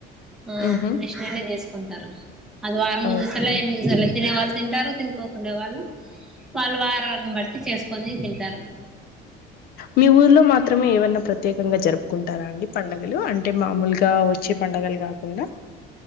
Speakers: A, in the centre; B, on the left.
A: ఆ
B: హుహు.
A: నెక్స్ట్ డే చేసు కుంటారు అది వారం
B: ఓకే.
A: చూసేలా ఏమి చూసేలా తినే వాళ్ళు తింటారు తినుకోకుండే వాళ్ళు వాళ్ళు వారాళ్ళను బట్టి చేసుకొని తింటారు
B: మీ ఊర్లో మాత్రమే ఏవన్నా ప్రతి ప్రత్యేకంగా జరుపుకుంటార అండి పండుగలు అంటే మామూలుగా వచ్చే పండుగలు కాకుండా